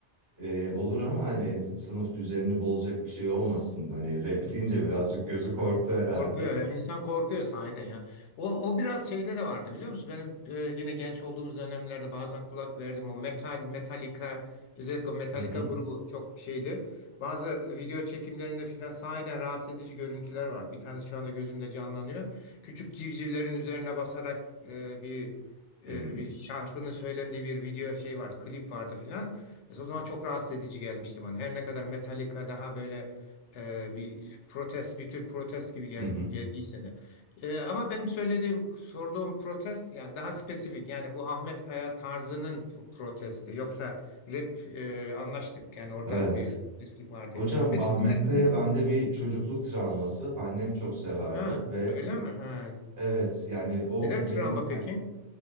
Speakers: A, on the right; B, on the left.
A: Ee, olur ama hani sınıf düzenini bozacak bir şey olmasın. Hani rap
B: Hı.
A: deyince birazcık gözü korktu herhalde.
B: Korkuyor yani insan korkuyor sahiden ya. O, o biraz şeyde de vardı biliyor musun? Benim e, yine genç olduğumuz dönemlerde bazen kulak verdim o metal, Metallica özellikle o Metallica
A: Hı hı.
B: grubu çok şeydi. Bazı video çekimlerinde filan sahiden rahatsız edici görüntüler var. Bir tanesi şu anda gözümde canlanıyor. Küçük civcivlerin üzerine basarak e, bir
A: Hı
B: e, bir şarkının söylendiği bir video şey vardı, klip vardı filan. Mesela o zaman çok rahatsız edici gelmişti bana. Her ne kadar Metallica daha böyle ee, bir protest, bir tür protest gibi gel,
A: hı. hı.
B: geldiyse de. Ee, ama benim söylediğim, sorduğum protest yani daha spesifik. Yani bu Ahmet Kaya tarzının pro- protesti. Yoksa rap e, anlaştık. Yani orada
A: Evet.
B: bir protestlik vardı.
A: Hocam
B: Peki
A: Ahmet
B: sen de,
A: Kaya
B: hı,
A: bende bir çocukluk travması. Annem çok severdi
B: ha,
A: ve
B: öyle mi? Ha.
A: evet yani o
B: Neden
A: benim
B: travma peki?